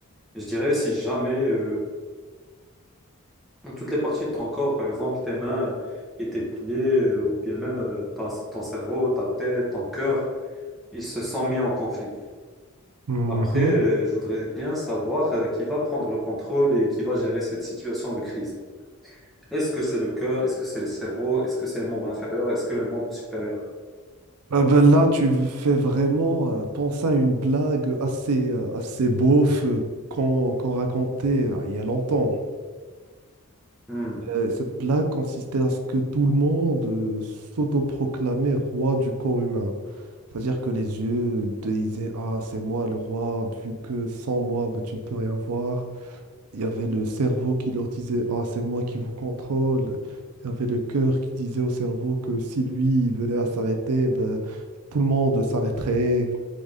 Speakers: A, in the centre; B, on the right.
A: je dirais si jamais euh, Donc, Toutes les parties de ton corps, par exemple tes mains euh, et tes pieds, euh, ou bien même euh, ta- ton cerveau, ta tête, ton cœur, ils se sont mis en conflit.
B: Mhm.
A: Après, euh, je voudrais bien savoir euh, qui va prendre le contrôle et qui va gérer cette situation de crise. Est-ce que c'est le cœur? Est-ce que c'est le cerveau? Est-ce que c'est les membres inférieurs? Est-ce que le membre supérieur?
B: Ah bah, là, tu fais vraiment euh, penser à une blague assez, euh, assez beauf euh, qu'on qu'on racontait euh, il y a longtemps.
A: Hmm.
B: Euh, cette blague consistait à ce que tout le monde euh, s'autoproclamait roi du corps humain. C'est-à-dire que les yeux te disaient, Ah, c'est moi le roi, vu que sans moi, ben tu ne peux rien voir. Il y avait le cerveau qui leur disait, Ah, c'est moi qui vous contrôle. Il y avait le cœur qui disait au cerveau que si lui il venait à s'arrêter, ben, tout le monde s'arrêterait.